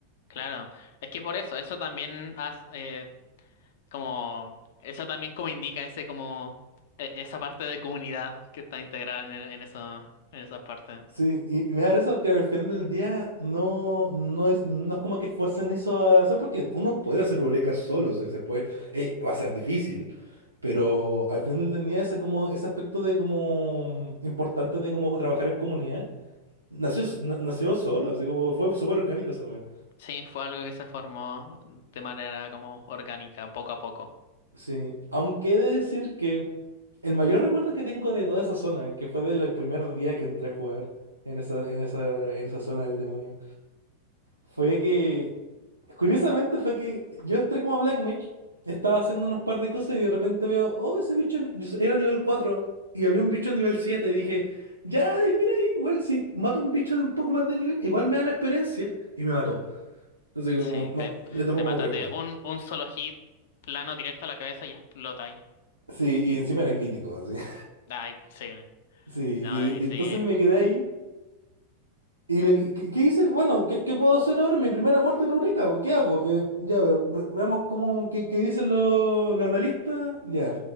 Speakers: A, on the left (about 55°); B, on the right (about 85°).
A: claro. Es que por eso, eso también hace, Como, eso también como indica ese como, e- esa parte de comunidad que está integrada en, e- en esa, en esa parte.
B: Sí, y y me da risa porque al final del día no, no es, no es como que fuercen eso a hacer, porque uno puede hacer eureka solo, si se puede, eh, va a ser difícil, pero al final del día ese, como, ese aspecto de como importante de como trabajar en comunidad Nació, s- na- nació solo, así como fue súper orgánico esa wea.
A: Sí, fue algo que se formó de manera como orgánica, poco a poco.
B: Sí. Aunque he de decir que el mayor recuerdo que tengo de toda esa zona, que fue del primer día que entré a jugar en esa, en esa, en esa zona del demonio, fue que, curiosamente fue que yo entré como a Black Mage, estaba haciendo unos par de cosas y de repente veo, oh, ese bicho en- era nivel 4 y había un bicho nivel 7 y dije, ya, y mira, igual si mato a un bicho de un poco más de nivel, igual me dan experiencia y me mató. Así como,
A: Sí,
B: no,
A: te,
B: le tomó
A: te
B: como
A: matas
B: tres
A: de un, un solo hit, plano directo a la cabeza y explota ahí.
B: Sí, y encima era crítico, así. <laughs>
A: Ay, sí,
B: Sí,
A: no,
B: y,
A: y sí.
B: y entonces me quedé ahí. ¿Y le- qué, qué- qué hice? Bueno, ¿qué, qué puedo hacer ahora? Mi primera muerte en Eureka. ¿Qué hago? Eh, ya, a ver, ve- veamos cómo, qué, qué dicen los, los analistas. Ya,